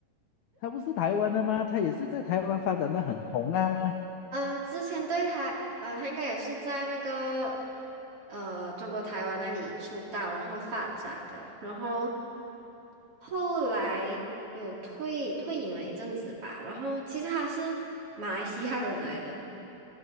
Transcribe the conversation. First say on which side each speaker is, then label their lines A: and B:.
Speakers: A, on the left (about 75°); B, on the right (about 40°).
A: 他不是台湾的吗？他也是在台湾发展的很红啊。
B: 嗯、之前对他，呃，他应该也是在那个呃中国台湾那里出道，然后发展的，然后后来有退退隐了一阵子吧。然后其实他是马来西亚人来的。